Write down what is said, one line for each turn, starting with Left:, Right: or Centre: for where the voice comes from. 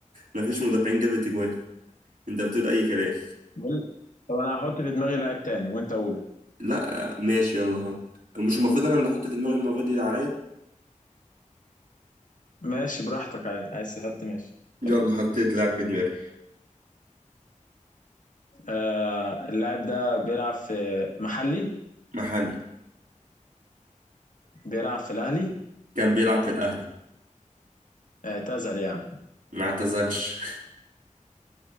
Right: ما فيش مدافعين جابت اجوان انت بتقول اي كلام
Left: بقول طب انا هحط في دماغي لاعب تاني وانت قول
Right: لا ماشي يلا هات مش المفروض انا اللي احط في دماغي المره دي اللي عليا
Left: ماشي براحتك عادي عايز تحط ماشي
Right: يلا
Left: حط
Right: حطيت لاعب في دماغي
Left: آه اللاعب ده بيلعب في محلي
Right: محلي
Left: بيلعب في الاهلي
Right: كان بيلعب في الاهلي
Left: آه، اعتزل يعني
Right: ما اعتزلش